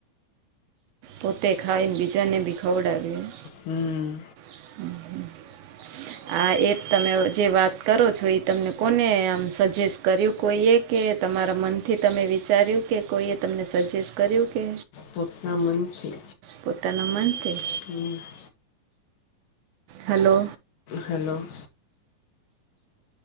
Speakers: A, on the right; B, on the left.
A: પોતે ખાઈને બીજાને ભી ખવડાવ્યું
B: હમ્મ.
A: <inaudible> હા. આ એપ તમે જે વાત કરો છો એ તમને કોને આમ સજેસ્ટ કર્યું કોઈ એક કે તમારા મનથી તમે વિચાર્યું કે કોઈએ તમને સજેસ્ટ કર્યું કે
B: પોતના મનથી જ
A: પોતાના મનથી
B: કે
A: હલો
B: હલો.